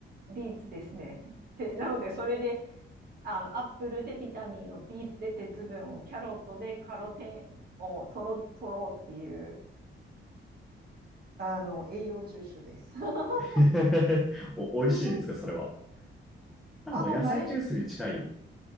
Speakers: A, on the right; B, in the centre.
A: ビーツですね。で、なので、それであの、アップルでビタミンを、ビーツで鉄分を、キャロットでカロテンを取ろ、取ろうっていう、あの、栄養重視です。<laughs>
B: <laughs> お、
A: 普通に、
B: 美味しいんですか、それは。あ、
A: あの、
B: もう野菜ジュースに近い。
A: 慣れ、